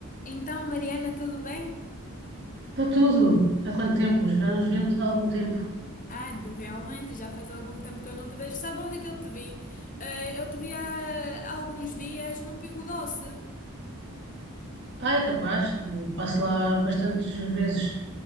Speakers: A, on the left (about 35°); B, on the right (about 50°).
A: Então, Mariana, tudo bem?
B: Está tudo. Há quanto tempo? Já não nos víamos há algum tempo.
A: Ah, de- realmente, já faz algum tempo que eu não te vejo. Sabe onde é que eu te vi? Eh, eu te vi há alguns dias no Pingo Doce.
B: Ah, é capaz. eh, Passo lá bastantes vezes.